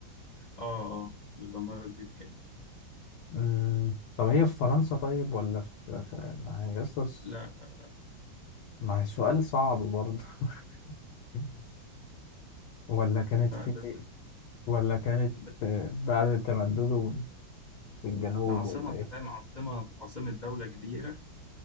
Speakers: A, on the left; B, on the left.
A: اه اه بتدمرك بالكامل
B: مم. طب هي في فرنسا طيب ولا في, في... ما هي أصلاً-
A: لا لا
B: ما هي سؤال صعب برضه <laughs> ولا كانت
A: لا
B: في
A: ده, ده,
B: ولا كانت
A: ده,
B: آه، بعد تمدده في الجنوب
A: ده عاصمة
B: ولا
A: انت
B: ايه
A: فاهم عاصمة عاصمة دولة كبيرة